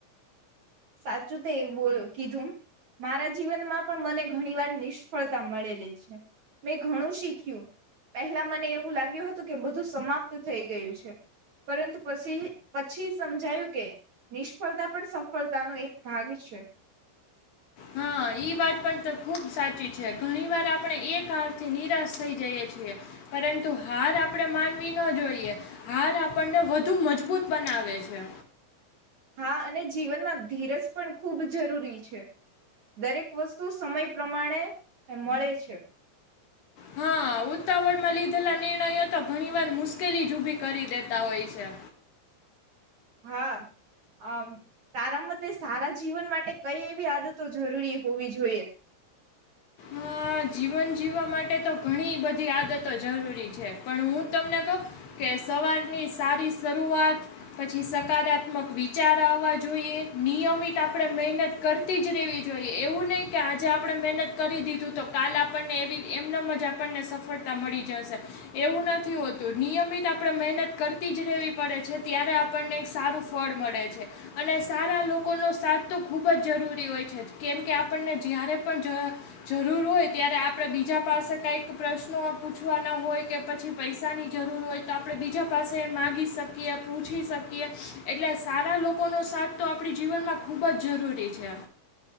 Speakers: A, on the right; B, on the left.
A: સાચું તેય બોલ કીધું મારા જીવનમાં પણ મને ઘણી વાર નિષ્ફળતા મળેલી છે મેં ઘણું શીખ્યું. પહેલા મને એવું લાગ્યું હતું કે બધું સમાપ ત થઈ ગયું છે પરંતુ પસી પછી સમજાયું કે નિષ્ફળતા પણ સ ફળતાનો એક ભાગ છે.
B: હા ઈ વાત પણ તો ખુબ સાચી છે ઘણી વાર આપણે એક હાર થી નિરાશ થઈ જઈએ છીએ પરંતુ હાર આપડે માનવી ન જોઈએ હાર આપણને વધુ મજબૂત બનાવે છે.
A: હા અને જીવનમાં ધીરજ પણ ખૂબ જરૂરી છે. દરેક વસ્તુ સમય પ્રમાણે મળે છે
B: હા આવુંતાવડમાં લી ધેલા નિર્ણયો તો ઘણીવાર મુશ્કેલી જ ઉભી કરી દેતા હોય છે.
A: હા અ તારા મતે સારા જીવન માટે કઈ એવી આદતો જરૂરી હોય? હોવી જોઈએ.
B: હા જીવન જીવવા માટે તો ઘણી બધી આદતો જરૂરી છે, પણ હું તમને કહું કે સવારની સારી શરૂઆત પછી સકારાત્મક વિચાર આવવા જોઈએ નિયમિત આપણે મહેનત કરતી જ રહેવી જોઈએ એવું નહી કે આજે આપણે મહેનત કરી દીધું તો કાલે આપણને એવી એમનેમ જ આપણને સફળતા મળી જશે એવું નથી હોતું નિયમિત આપણે મહેનત કરતી જ રહેવી પડે છે ત્યારે આપણને સારું ફળ મળે છે અને સારા લોકોનો સાથ તો ખૂબ જ જરૂરી હોય છે કેમ કે આપણને જ્યારે પણ જ જરૂર હોય ત્યારે આપણે બીજા પાસે કઈક પ્રશ્નો પૂછવાના હોય કે પછી પૈસાની જરૂર હોય તો આપણે બીજા પાસે માગી શકીએ પૂછી શકીએ એટલે સારા લોકોનો સાથ તો આપણી જીવનમાં ખૂબ જ જરૂરી છે.